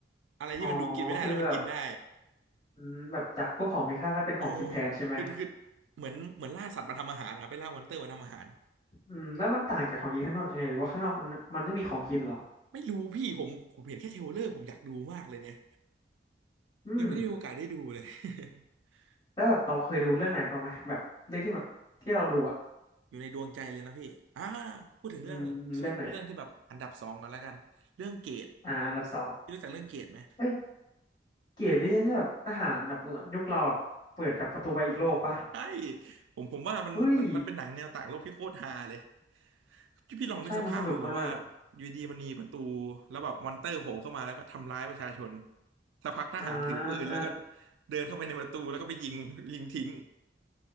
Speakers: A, on the right (about 85°); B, on the left (about 25°).
A: อะไรที่มันดูกินไม่ได้แล้วมันกินได้
B: อ๋อคือแบบ อืมแบบจากพวกของมีค่าก็เป็นของกินแทนใช่ไหม
A: เออคือคือเหมือนเหมือนล่าสัตว์มาทำอาหารนะไปล่ามอนเตอร์มาทำอาหาร
B: อืมแล้วมันต่างจากของกินข้างนอกยังไงหรือว่าข้างนอกมันมันไม่มีของกินเหรอ
A: ไม่รู้พี่ผมผมเห็นแค่เทรลเลอร์ผมอยากดูมากเลยเนี่ย
B: อืม
A: ยังไม่ได้มีโอกาสได้ดูเลย <laughs>
B: แล้วแบบเราเคยดูเรื่องไหนบ้างไหมแบบเรื่องที่แบบที่เราดูอ่ะ
A: อยู่ในดวงใจเลยนะพี่อ่าพูดถึงเรื่องเรื่องเรื่องที่แบบอันดับสองก่อนแล้วกันเรื่องเกต
B: อืมเรื่องไหนอ่าอันดับสอง
A: พี่รู้จักเรื่องเกตไหม
B: เฮ้ยเกรดนี่ใช่แบบทหารแบบยุคเราแบบเปิดกับประตูไปอีกโลกปะ
A: ใช่ผมผมว่ามันมันมันเป็นหนังแนวต่างโลกที่โคตรฮาเลย
B: เฮ้ย
A: พี่พี่ลองนึกสภาพดูแบบว่า
B: ใช่มันสนุกมาก
A: อยู่ดีมันมีประตูแล้วแบบมอนเตอร์โผล่เข้ามาแล้วก็ทำร้ายประชาชนสักพักทหารถือปืนแล้วก็
B: อ่า
A: เดินเข้าไปในประตูแล้วก็ไปยิงยิงทิ้ง